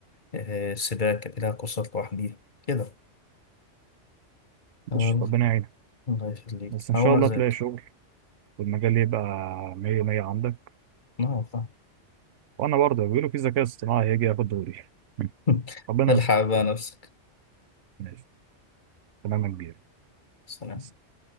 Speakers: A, on the left; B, on the right.
A: آه، السباق كانت لها قصص لوحديها كده يلا،
B: ماشي ربنا يعينك
A: الله يخليك
B: بس ان
A: هقوم
B: شاء الله
A: أذاكر
B: تلاقي شغل والمجال يبقى مية مية عندك
A: نعم فاهم
B: وانا برضه بيقولوا في ذكاء اصطناعي هيجي ياخد دوري <laughs>
A: <laughs>
B: ربنا
A: الحق
B: يستر
A: بقى نفسك
B: ماشي تمام يا كبير
A: سلام
B: مع